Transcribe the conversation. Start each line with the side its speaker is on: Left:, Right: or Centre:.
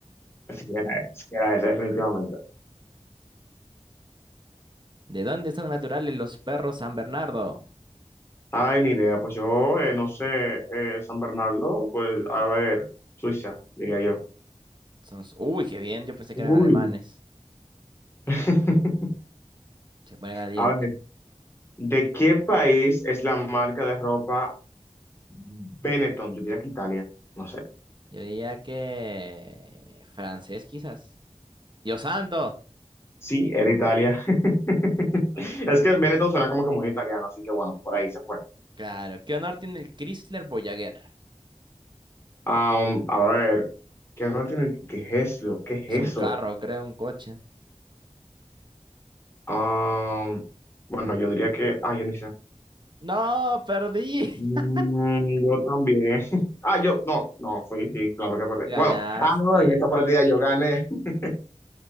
Left: Sí era, sí era ese, definitivamente.
Right: ¿De dónde son naturales los perros San Bernardo?
Left: Ay, ni idea. Pues yo, eh, no sé, eh, San Bernardo, pues a ver, Suiza, diría yo.
Right: Son, uy, qué bien, yo pensé
Left: Uy.
Right: que eran alemanes.
Left: <laughs>
Right: Se pone caliente.
Left: A ver, ¿de qué país es la marca de ropa Benetton? Yo diría que Italia, no sé.
Right: Yo diría que francés quizás. Dios santo.
Left: Sí, era Italia. <laughs> Es que Benetton suena como que muy italiano, así que bueno, por ahí se fue.
Right: Claro, ¿qué honor tiene el Chrysler Voyager?
Left: Am, a ver, ¿qué no tiene? ¿Qué es eso? ¿Qué es
Right: Es un
Left: eso?
Right: carro, creo, un coche.
Left: Am, bueno, yo diría que, ah, yo ni sé.
Right: No, perdí.
Left: Mm,
Right: <laughs>
Left: yo también. <laughs> Ah, yo, no, no, fui, sí, claro que perdí.
Right: Ganaste.
Left: Bueno, ah, no, en esta partida yo gané. <laughs>